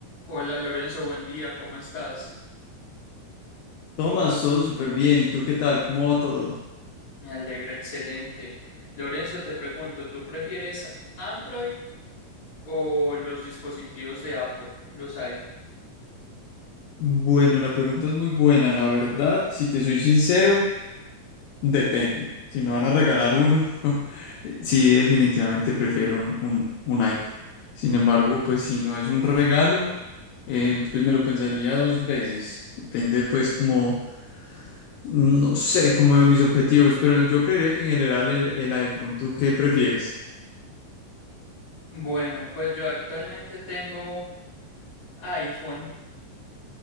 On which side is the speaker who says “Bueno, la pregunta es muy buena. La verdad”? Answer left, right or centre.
Left